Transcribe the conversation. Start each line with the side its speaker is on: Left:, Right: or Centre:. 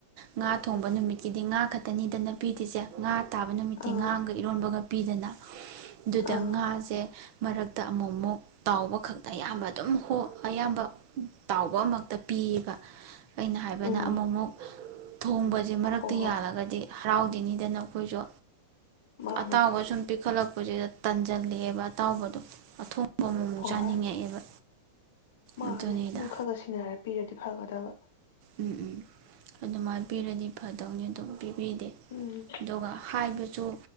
Right: ꯉꯥ ꯊꯣꯡꯕ ꯅꯨꯃꯤꯠꯀꯤꯗꯤ ꯉꯥ ꯈꯛꯇꯅꯤꯗꯅꯄꯤꯤꯔꯤꯁꯦ ꯉꯥ ꯇꯥꯕ ꯅꯨꯃꯤꯠꯇꯤ
Left: ꯑꯥ
Right: ꯉꯥꯡꯒ ꯏꯔꯣꯟꯕꯒ ꯄꯤꯗꯅ ꯑꯗꯨꯗ
Left: ꯑꯥ
Right: ꯉꯥꯁꯦ ꯃꯔꯛꯇ ꯑꯃꯨꯛꯃꯨꯛ ꯇꯥꯎꯕ ꯈꯛꯇ ꯑꯌꯥꯝꯕ ꯑꯗꯨꯝ ꯑꯌꯥꯝꯕ ꯇꯥꯎꯕꯃꯛꯇ ꯄꯤꯌꯦꯕ ꯑꯩꯅꯣ ꯍꯥꯏꯕꯅ
Left: ꯎꯝ
Right: ꯑꯃꯨꯛꯃꯨꯛ ꯊꯣꯡꯕꯁꯦ ꯃꯔꯛꯇ
Left: ꯍꯣꯏ ꯍꯣꯏ
Right: ꯌꯥꯜꯂꯒꯗꯤ ꯍꯔꯥꯎꯗꯅꯤꯗꯅ ꯑꯩꯈꯣꯏꯁꯨ
Left: ꯃꯥꯅꯦ
Right: ꯑ ꯑꯋꯥꯖ ꯄꯤꯈꯠꯂꯛꯄꯁꯤꯗ ꯇꯟꯁꯤꯜꯂꯤꯦꯕ ꯑꯇꯥꯎꯕꯗꯣ ꯑꯊ ꯑ ꯑꯃꯃꯨꯛ
Left: ꯍꯣꯏ
Right: ꯆꯥꯅꯤꯡꯉꯛꯑꯦꯕ
Left: ꯍꯣꯏ ꯃꯥꯅꯦ
Right: ꯑꯗꯨꯅꯤꯗ
Left: ꯑꯗꯨꯝ ꯈꯔ ꯈ ꯁꯤꯟꯅꯔ ꯄꯤꯔꯒꯦ ꯗꯤ ꯐꯒꯗꯕ
Right: ꯎꯝ ꯎꯝ ꯑꯗꯨꯃꯥꯏꯅ ꯄꯤꯔꯗꯤ ꯐꯗꯧꯅꯤ ꯑꯗꯨꯝ ꯄꯤꯕꯤꯗꯦ
Left: ꯎꯝ
Right: ꯑꯗꯨꯒ ꯍꯥꯏꯕꯁꯨ